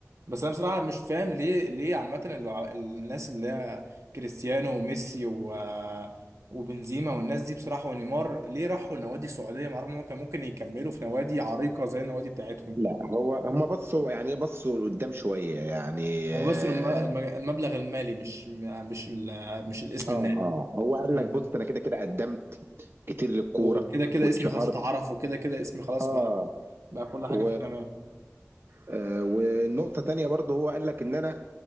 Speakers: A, on the right; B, on the right.
A: بس انا بصراحه مش فاهم ليه ليه عامه اللع- الناس اللي هي كريستيانو وميسي و وبنزيما والناس دي بصراحه ونيمار ليه راحوا نوادي سعوديه مع رغم ان هم كان ممكن يكملوا في نوادي عريقه زي النوادي بتاعتهم
B: لا هو هم بصوا يعني إيه بصوا لقدام شويه يعني اه
A: هم بس الم- المج- المبلغ المالي مش مش ال- مش الاسم
B: اه
A: النادي
B: آه. هو قال
A: امم
B: لك بص انا كده كده قدمت كتير للكوره
A: وكده كده كده
B: واتشهرت
A: اسمي خلاص اتعرف وكده كده اسمي خلاص
B: اه
A: بقى بقى كل حاجه
B: و
A: فيه تمام
B: آه والنقطه تانية برضه هو قال لك ان انا